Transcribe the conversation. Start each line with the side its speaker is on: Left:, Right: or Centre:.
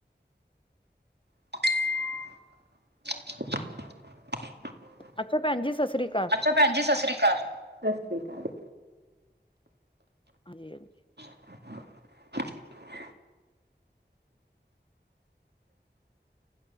Right: <unintelligible>
Left: ਅੱਛਾ ਭੈਣ ਜੀ ਸਤਿ ਸ੍ਰੀ ਅਕਾਲ
Right: ਅੱਛਾ ਭੈਣਜੀ ਸਤਿ ਸ਼੍ਰੀ ਅਕਾਲ, ਸਤਿ ਸ਼੍ਰੀ ਅਕਾਲ
Left: ਹਾਂਜੀ ਹਾਂਜੀ
Right: <unintelligible>